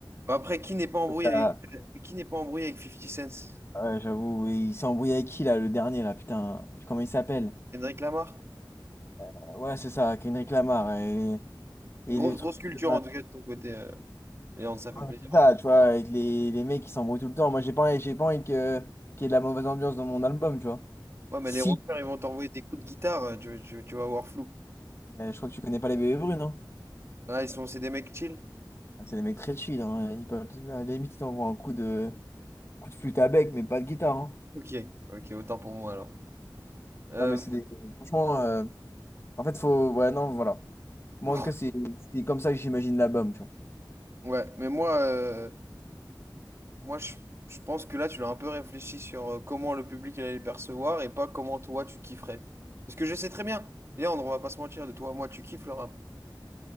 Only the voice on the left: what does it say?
Ah,
ouais, j'avoue, oui, il s'est embrouillé avec qui, là, le dernier, là, putain, comment il s'appelle?
Euh, Ouais, c'est ça, Kendrick Lamar. Et, et
le truc...
de-
Ouais,
c'est
ça,
tu vois, avec les, les mecs qui s'embrouillent tout le temps. Moi, j'ai pas, j'ai pas envie que, qu'il y ait de la mauvaise ambiance dans mon album, tu vois.
Si.
Euh, je crois que tu connais pas les bébés brunes, non?
C'est des mecs très chill, hein. Ils peuvent, à la limite, ils t'envoient un coup de, coup de flûte à bec, mais pas de guitare, hein.
Non, mais c'est des- Franchement, euh, en fait, faut. Ouais, non, voilà. Moi,
en tout cas, c'est c'est comme ça que j'imagine l'album, tu vois.